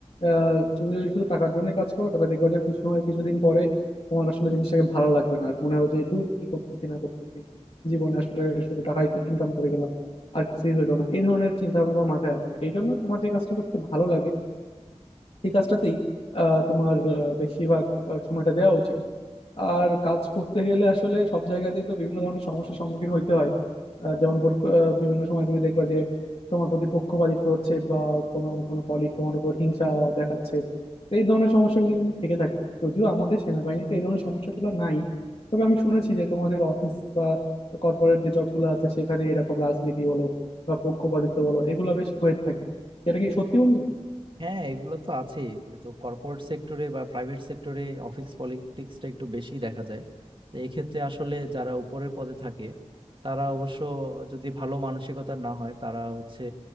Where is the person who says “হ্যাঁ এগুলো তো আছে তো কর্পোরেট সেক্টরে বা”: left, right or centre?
Right